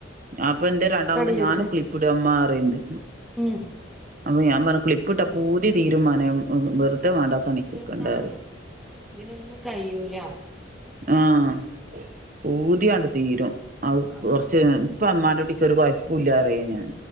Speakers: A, on the right; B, in the centre.
A: അപ്പം എന്റെ
B: ഒക്കെ
A: രണ്ടാമത്
B: ഡീസ്
A: ഞാനും ക്ലിപ്പിടാമ്മ പറയണ്ട്
B: ഉം
A: അപ്പം ഞാൻ പറഞ്ഞെ ക്ലിപ്പിട്ടാ പൂതി തീരും മോനെ ഉം വെറുതെ വേണ്ടാത്ത നിക്കണ്ടാറിയാം
B: തിന്നാനും ഇതിനൊന്നും കഴിയൂല
A: ആഹ് പൂതിയണ്ട് തീരും അത്
B: ആഹ്
A: കൊറച്ച് ഇപ്പ ഉമ്മാന്റെ കുട്ടിക്ക് ഒരു കുഴപ്പല്ല അറിയ ഞാൻ